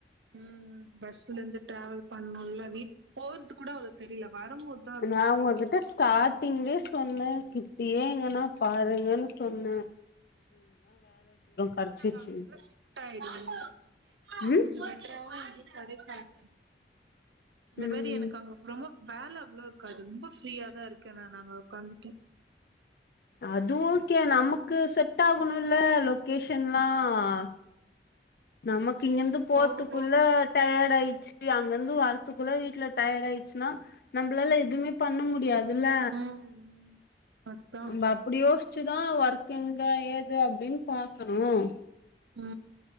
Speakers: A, on the right (about 90°); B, on the left (about 55°).
A: உம் பஸ்லந்து டிராவல் பண்ணும்ல வீட் போறது கூட அவ்ள தெரில வரும்போது
B: நா உங்ககிட்ட ஸ்டாடிங்லயே சொன்ன கிட்டியே எங்கன்னா பாருங்கன்னு சொன்ன கெடச்சிச்சு
A: அங்க ஷிப்ட் ஆடு
B: ம்
A: கொஞ்ச பெட்டராவு கடைக்காது இந்த
B: ம்
A: மாரி எனக்கு அங்க ப்றோமே வேல அவ்ள இருக்காது ரொம்ப ஃப்ரீயா தான் இருக்கே நானு அங்க உக்காந்துட்டு
B: அது ஓகே நமக்கு செட் ஆகணும்ல்ல லொகேஷன்ல்லாம் நமக்கு இங்கிந்து போறதுக்குள்ள
A: போக போக
B: டயர்ட் ஆயிச்சு அங்கந்து வரத்துக்குள்ள வீட்ல டயர்ட் ஆயிச்சுன்னா நம்ளால எதுமே பண்ண முடியாதுல்ல
A: அதுதா ம் அதா
B: நம்ம அப்டி யோஸ் ச்சுதா ஒர்க்க எங்க ஏது அப்டின்னு பாக்கணும்
A: அ